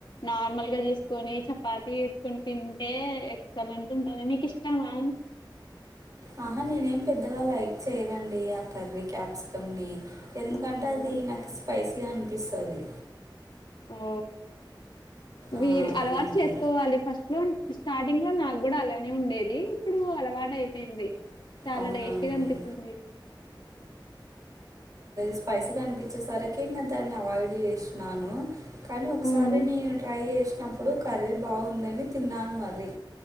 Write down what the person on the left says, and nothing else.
నార్మల్ గా చేసుకొని చపాతి చేసుకొని తింటే ఎక్సలెంట్ ఉంటంది మీకు ఇష్టమా
అవునా
ఓ
మీరు అలవాటు చేసుకోవాలి ఫస్ట్లో స్టార్టింగ్ లో నాకు కూడ అలానే ఉండేది ఇప్పుడు అలవాటు అయిపోయింది చాల
టేస్టీగా
అనిపిస్తుంది
హ్మ్.